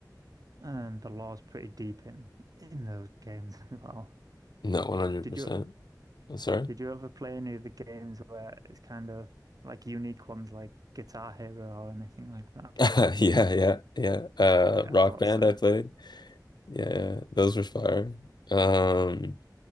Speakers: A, on the right; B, on the left.
A: And the lore's pretty deep in in those games <laughs> as well.
B: No, 100%.
A: Did you
B: I'm sorry.
A: Did you ever play any of the games where it's kind of like unique ones like Guitar Hero or anything like that?
B: <laughs> Yeah, yeah, yeah. Uh,
A: Yeah,
B: Rock
A: I thought
B: Band
A: so.
B: I played. Yeah, yeah. those were fire. Um,